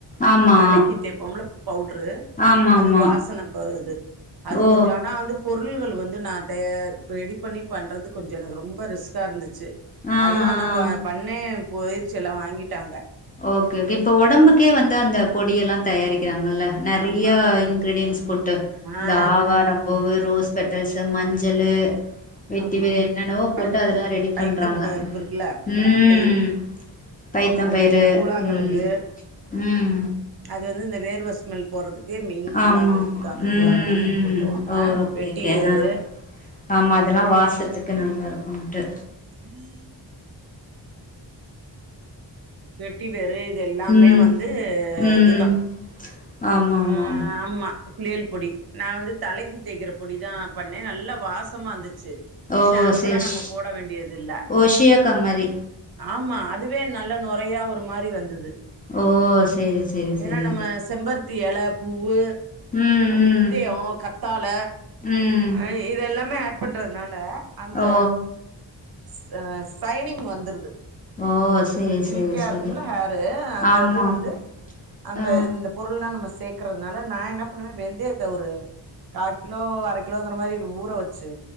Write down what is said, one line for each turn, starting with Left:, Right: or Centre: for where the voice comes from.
Left: ஆமா
Right: தலைக்கு தேப்போம்ல பவுட்ரு
Left: ஆமா
Right: அது
Left: ஆமா
Right: வாசனை போவுது அது
Left: ஓ
Right: கொஞ்ச ஆனா வந்து பொருள்கள் வந்து நா தயா ரெடி பண்ணி பண்றது கொஞ்ச எனக்கு ரொம்ப ரிஸ்க்கா இருந்துச்சு
Left: ஆ
Right: அதுவு ஆனா ப
Left: ஆ
Right: பண்ணே போயிருச்சி எல்லா வாங்கிட்டாங்க
Left: ஓகே ஓகே இப்ப ஒடம்புக்கே வந்து அந்த பொடி எல்லா தயாரிக்கிறாங்கல்ல நெறைய
Right: ஆமா
Left: இன்கிரிடியன்ஸ் போட்டு இந்த
Right: ஆ
Left: ஆவாரம்பூவு ரோஸ்பெட்டல்ஸ் மஞ்சளு வெட்டிவேர்
Right: ஆமா
Left: என்னென்னவோ போட்டு
Right: ப
Left: அதெல்லா ரெடி
Right: பைத்தம்
Left: பண்றாங்க
Right: பருப்பு
Left: ம்
Right: இருக்குல்ல பயிறு
Left: ம் பைத்தம்
Right: அது
Left: பயரு
Right: பூலாங்கெழங்கு
Left: ம் ம்
Right: அது வந்து இந்த வேர்வ ஸ்மெல் போறதுக்கு அதுக்கு மெயின் பூழாங்கெழங்குதா
Left: ஆமா ஆமா
Right: அந்த
Left: ம்
Right: பூழாங்கெழங்கு
Left: ம்
Right: போட்ருவாங்க
Left: ம் ஓ ஓகே
Right: வெட்டி
Left: ஓகே
Right: வேரு
Left: ஆ ஆமா அதெல்லா வாசத்துக்கு நல்லாருக்குன்ட்டு
Right: <unintelligible> வெட்டிவேரு இது எல்லாமே
Left: ம்
Right: வந்து
Left: ம்
Right: இதுதா
Left: ஆமா
Right: ஆ
Left: ஆமா
Right: ஆமா குளியல் பொடி நா வந்து தலைக்கி தேக்கிற பொடி தா பண்ணே நல்லா வாசமா வந்துச்சு
Left: ஓ
Right: சாம்புல்லா
Left: சேஷ்
Right: நம்ம போட வேண்டியது இல்ல
Left: ஓஷியா கம்மரி
Right: ஆமா அதுவே நல்ல நொறையா ஒரு மாரி வந்துது
Left: ஓ சேரி சேரி சேரி
Right: ஏன்னா நம்ம செம்பரு த்தி இல பூவு
Left: ம்
Right: அ வெந்தயோ
Left: ம்
Right: கத்தாழ
Left: ம்
Right: ஆ இதெல்லாமே ஆட் பண்றதுனால அந்த
Left: ஓ
Right: ச சைனிங் வந்துருது
Left: ஓ சேரி
Right: சில்கியா
Left: சேரி சேரி
Right: இருக்கும்ல ஹேரு அந்த
Left: ஆமாம்
Right: இது வந்து அந்த
Left: ஆ
Right: இந்தப் பொரு ள்லா நம்ம சேக்றதுனால நா என்ன பண்ணுவே வெந்தயத்த ஒரு கா கிலோ அர கிலோங்ற மாரி ஊற வச்சு